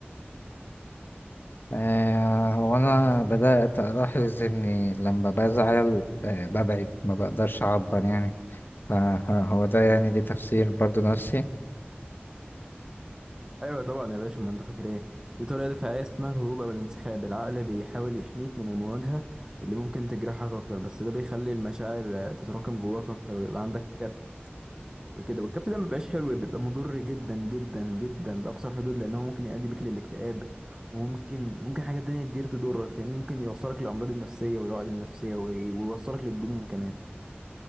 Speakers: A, on the left; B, on the right.
A: آه، هو انا بدأت الاحظ اني لما بزعل آه، ببعد ما بقدرش اعبر يعني فهو ده يعني ليه تفسير برضو نفسي
B: ايوه طبعا يا باشا ما انت فاكر ايه دي طريقه دفاعيه اسمها الهروب او الانسحاب العقل بيحاول يحميك من المواجهه اللي ممكن تجرحك اكتر بس ده بيخلي المشاعر آه، تتراكم جواك اكتر ويبقى عندك كبت وكده والكبت ده ما بيبقاش حلو بيبقى مضر جدا جدا جدا لاقصى الحدود لانه ممكن يؤدي بيك للاكتئاب وممكن ممكن حاجات تانية كتير تضرك فاهم ممكن يوصلك للامراض النفسيه والعقد النفسيه وي- ويوصلك للجنون كمان